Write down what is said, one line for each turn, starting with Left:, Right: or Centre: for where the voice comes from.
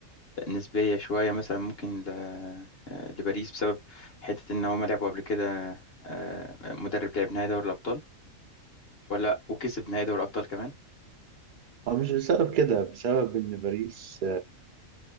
Left: نسبية شوية مثلا ممكن ل... آه، لباريس بسبب حتة ان هما لعبوا قبل كده آه، مدرب لعب نهائي دوري الأبطال ولا وكسب نهائي دوري الأبطال كمان
Right: هو مش بسبب كده بسبب إن باريس